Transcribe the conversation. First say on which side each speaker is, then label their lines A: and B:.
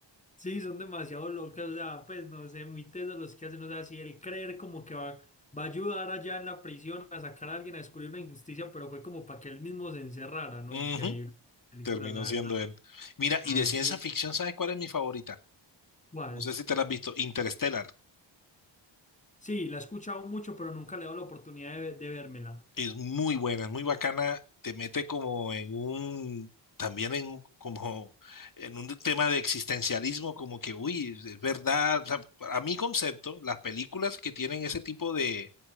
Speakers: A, on the left; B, on the left.
A: sí, son demasiado locas, o sea, pues no sé, muy tesos los que hacen, o sea, si el creer como que va, va a ayudar allá en la prisión a sacar a alguien a descubrir una injusticia, pero fue como para que él mismo se encerrara, ¿no?
B: Ujú,
A: Increíble película,
B: Terminó
A: la
B: siendo
A: verdad.
B: él. Mira,
A: Así
B: y de ciencia
A: es.
B: ficción, ¿sabes cuál es mi favorita?
A: ¿Cuál?
B: No sé si te la has visto. Interstellar.
A: Sí, la he escuchado mucho, pero nunca le he dado la oportunidad de, ve- de vérmela.
B: Es muy buena, es muy bacana. Te mete como en un, también en un- como en un tema de existencialismo, como que, uy, es verdad. O sea, a mi concepto, las películas que tienen ese tipo de,